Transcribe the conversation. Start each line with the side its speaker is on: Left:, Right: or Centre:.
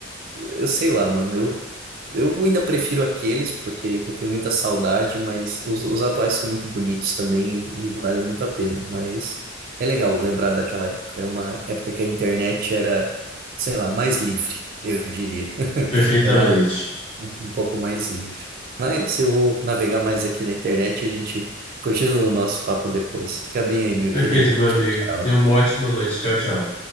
Right: eu sei lá, mano. Eu, eu ainda prefiro aqueles, porque eu tenho muita saudade, mas os, os atuais são muito bonitos também e valem muito a pena. Mas é legal lembrar daquela época. É uma época que a internet era, sei lá, mais livre, eu diria. <laughs>
Left: Perfeitamente.
Right: Era um pouco mais livre. Mas eu vou navegar mais aqui na internet e a gente continua o nosso papo depois. Fica bem aí, meu
Left: Perfeito,
Right: querido.
Left: meu
Right: Tchau,
Left: amigo.
Right: tchau.
Left: Tenha uma ótima noite. Tchau, tchau.